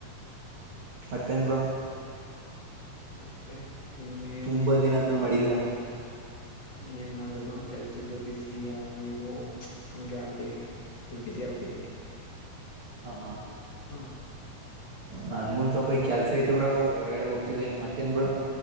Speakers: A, on the right (about 50°); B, on the left (about 55°).
A: ಮತ್ತೆನ್ ಬ್ರೋ
B: ಮತ್ತೆ ಇನ್ನೇ
A: ತುಂಬಾ
B: ನು ಇನ್ನೆ
A: ದಿನ ಆದ್ಮೇಲೆ ಮಾಡಿದೀರಾ
B: ಏನ್ ಮಾಡಿದ್ರು ಕೆಲ್ಸದ್ದು ಬಿಸಿ ಯವು ಇವು ಹಂಗೆ ಆಗ್ಬಿಟಿವಿ ಫುಲ್ ಬಿಸಿ ಆಗ್ಬಿಟ್ಟಿದ್ದೀನಿ
A: ಹಾ
B: ಹ್ಮ
A: ನನ್ಗೊಂದ್ ಸ್ವಲ್ಪ ಈ ಕೆಲ್ಸ ಐತ್ ಬ್ರೋ ಹೊರಗಡೆ ಹೋಗ್ತಿದ್ದೆ ಮತ್ತೇನ್ ಬ್ರೋ